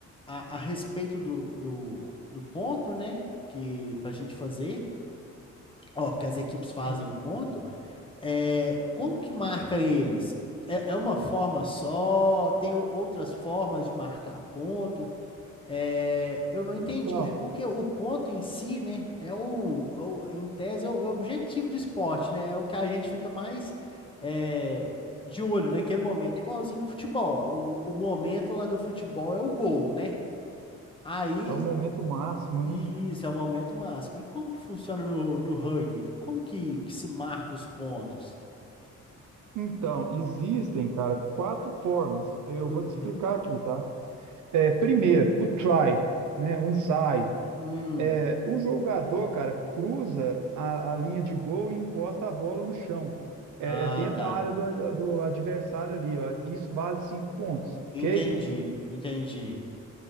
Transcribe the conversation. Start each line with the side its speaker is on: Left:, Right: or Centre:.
Left: a, a respeito do, do, do ponto, né? Que pra gente fazer ó, que as equipes fazem
Right: Isso.
Left: o ponto, é, como que marca eles? É, é uma forma só? Tem o- outras formas de marcar ponto? É, eu não entendi.
Right: Então,
Left: É porque o ponto em si, né, é o, o- em tese, é o, é o objetivo do esporte, né? É o que a gente fica mais é, de olho naquele momento. É igualzinho no futebol. O, o momento lá do futebol é o gol, né? Aí
Right: é o momento máximo,
Left: isso,
Right: né?
Left: é o momento máximo. E como que funciona no, no rugby? Como que, que se marca os pontos?
Right: Então, existem, cara, quatro formas. Eu
Left: Uhum.
Right: vou te explicar aqui, tá? É, primeiro, o try, né? O ensaio.
Left: Hum.
Right: É, o jogador, cara, cruza a, a linha de gol e encosta a bola no chão.
Left: Ah,
Right: É, é dentro
Left: tá.
Right: da área do, do adversário ali, ó. Isso vale cinco pontos,
Left: Entendi,
Right: ok?
Left: entendi.